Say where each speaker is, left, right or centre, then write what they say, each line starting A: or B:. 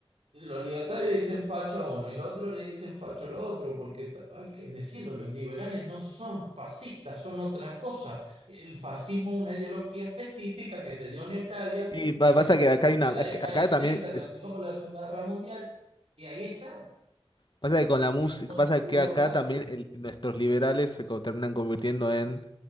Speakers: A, on the right; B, on the left.
A: Los libertarios dicen facho a uno y los otros le dicen facho al otro, porque ta- hay que decirlo, los liberales no son fascistas, son otra cosa. El fascismo es una ideología específica que se dio en Italia
B: Y pa-
A: en
B: pasa
A: el-
B: que acá hay una,
A: de la
B: es
A: década
B: que acá
A: del
B: también
A: 30, terminó con la Segunda Guerra Mundial, y ahí está.
B: Pasa que con la música,
A: Es como el
B: pasa
A: insulto
B: que acá
A: fácil.
B: también el- nuestros liberales se co- terminan convirtiendo en,